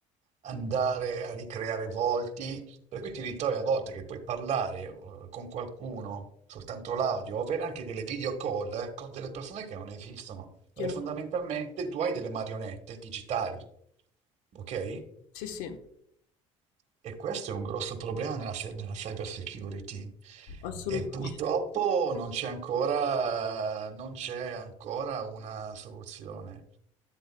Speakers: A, on the right; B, on the left.
A: andare a ricreare volti, per cui ti ritrovi a volte che puoi parlare eh, con qualcuno soltanto l'audio, o avere anche delle video call eh, con delle persone che non esistono, dove
B: Io non-
A: fondamentalmente tu hai delle marionette digitali, ok?
B: Sì, sì,
A: E questo è un grosso problema nella, se- nella cyber security.
B: assolutamente.
A: E purtroppo non c'è ancora, non c'è ancora una soluzione.